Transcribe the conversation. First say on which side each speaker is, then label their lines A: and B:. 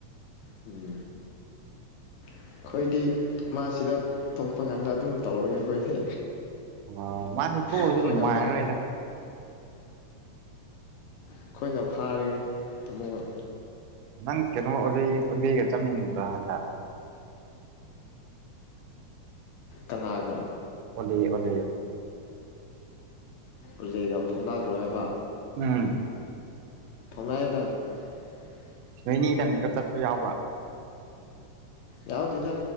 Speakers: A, on the left (about 75°); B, on the right (about 85°).
A: ꯎꯝ ꯑꯩꯈꯣꯏꯗꯤ ꯃꯥꯁꯤꯗ ꯊꯣꯛꯄ ꯀꯥꯟꯗ ꯑꯗꯨꯝ ꯇꯧꯔꯒꯦ ꯑꯩꯈꯣꯏꯗꯤ
B: ꯑꯣ ꯃꯥꯁꯨ ꯊꯣꯛꯑꯁꯨ
A: ꯑꯩꯈꯣꯏꯅ
B: ꯅꯨꯡꯉꯥꯏꯔꯔꯣꯏꯗ
A: ꯐꯥ ꯑꯩꯈꯣꯏꯅ ꯐꯥꯔꯒꯦ ꯑꯃꯨꯛꯀ
B: ꯅꯪ ꯀꯩꯅꯣ ꯑꯣꯂꯤ ꯑꯣꯂꯤꯒ ꯆꯠꯃꯤꯟꯅꯕꯔ ꯍꯟꯗꯛ
A: ꯀꯅꯥꯒ
B: ꯑꯣꯂꯤ ꯑꯣꯂꯤ
A: ꯑꯂꯤꯒ ꯐꯥꯎꯅꯗ꯭ꯔꯣ ꯍꯥꯏꯕ
B: ꯎꯝ
A: <unintelligible>
B: ꯅꯣꯏꯅꯤꯗꯪꯒ ꯆꯠꯄ ꯌꯥꯎꯕ꯭ꯔꯥ
A: ꯌꯥꯎꯗꯦꯗ